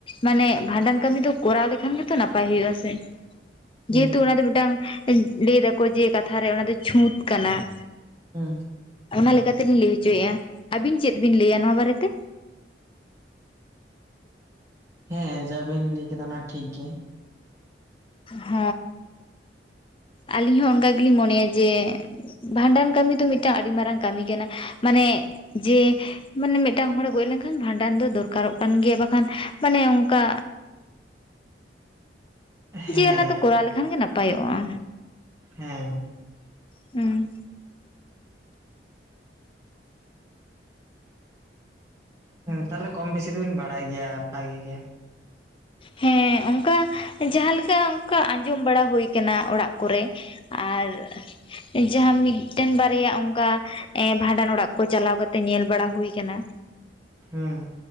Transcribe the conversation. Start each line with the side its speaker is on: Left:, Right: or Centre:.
Left: ᱢᱟᱱᱮ ᱵᱷᱟᱸᱰᱟᱱ ᱠᱟᱹᱢᱤ ᱫᱚ ᱠᱚᱨᱟᱣ ᱞᱮᱠᱷᱟᱱ ᱜᱮ ᱛᱚ ᱱᱟᱯᱟᱭ ᱦᱩᱭᱩᱜᱼᱟ ᱥᱮ ᱡᱮᱦᱮᱛᱩ
Right: ᱦᱩᱸ
Left: ᱚᱱᱟ ᱫᱚ ᱢᱤᱫᱴᱟᱝ ᱞᱟᱹᱭ ᱫᱟᱠᱚ ᱡᱮ ᱠᱟᱛᱷᱟᱨᱮ ᱚᱱᱟ ᱫᱚ ᱪᱷᱩᱸᱛ ᱠᱟᱱᱟᱹ
Right: ᱦᱮᱸ
Left: ᱚᱱᱟ ᱞᱮᱠᱟᱛᱮᱞᱤᱧ ᱞᱟᱹᱭ ᱦᱚᱪᱚᱭᱮᱫᱼᱟ ᱟᱹᱵᱤᱱ ᱪᱮᱫ ᱵᱤᱱ ᱞᱟᱹᱭᱟ ᱱᱚᱣᱟ ᱵᱟᱨᱮᱛᱮ?
Right: ᱦᱮᱸ ᱡᱟᱵᱤᱱ ᱞᱟᱹᱭ ᱠᱮᱫᱟ ᱚᱱᱟ ᱴᱷᱤᱠ ᱜᱮ
Left: ᱦ ᱦ ᱟᱹᱞᱤᱧ ᱦᱚᱸ ᱚᱱᱠᱟ ᱜᱮᱞᱤᱧ ᱢᱚᱱᱮᱭᱟ ᱡᱮ ᱵᱷᱟᱸᱰᱟᱱ ᱠᱟᱹᱢᱤ ᱫᱚ ᱢᱤᱫᱴᱟᱝ ᱟᱹᱰᱤ ᱢᱟᱨᱟᱝ ᱠᱟᱹᱢᱤ ᱠᱟᱱᱟ ᱢᱟᱱᱮ ᱡᱮ ᱢᱟᱱᱮ ᱢᱤᱫᱴᱟᱝ ᱦᱚᱲᱮ ᱜᱚᱡ ᱞᱮᱱᱠᱷᱟᱱ ᱵᱷᱟᱸᱰᱟᱱ ᱫᱚ ᱫᱚᱨᱠᱟᱨᱚᱜ ᱠᱟᱱ ᱜᱮᱭᱟ ᱵᱟᱠᱷᱟᱱ ᱢᱟᱱᱮ ᱚᱱᱠᱟ
Right: ᱦᱮᱸ
Left: ᱡᱮ ᱚᱱᱟ ᱫᱚ
Right: ᱦᱮᱸ
Left: ᱠᱚᱨᱟᱣ ᱞᱮᱠᱷᱟᱱ ᱜᱮ ᱱᱟᱯᱟᱭᱚᱜᱼᱟ
Right: ᱦᱮᱸ
Left: ᱦᱩᱸ
Right: ᱛᱟᱦᱞᱮ ᱠᱚᱢ ᱵᱮᱥᱤ ᱫᱚᱵᱤᱱ ᱵᱟᱲᱟᱭ ᱜᱮᱭᱟ ᱵᱷᱟᱜᱤ ᱜᱮ
Left: ᱦᱮᱸ, ᱚᱱᱠᱟ ᱡᱟᱦᱟ ᱞᱮᱠᱟ ᱚᱱᱠᱟ ᱟᱸᱡᱚᱢ ᱵᱟᱲᱟ ᱦᱩᱭ ᱟᱠᱟᱱᱟ ᱚᱲᱟᱜ ᱠᱚᱨᱮ ᱟᱨ ᱡᱟᱦᱟᱸ ᱢᱤᱫᱴᱮᱱ ᱵᱟᱨᱭᱟ ᱚᱱᱠᱟ ᱵᱷᱟᱸᱰᱟᱱ ᱚᱲᱟᱜ ᱠᱚ ᱪᱟᱞᱟᱣ ᱠᱟᱛᱮᱜ ᱧᱮᱞ ᱵᱟᱲᱟ ᱦᱩᱭ ᱟᱠᱟᱱᱟ
Right: ᱦᱮᱸ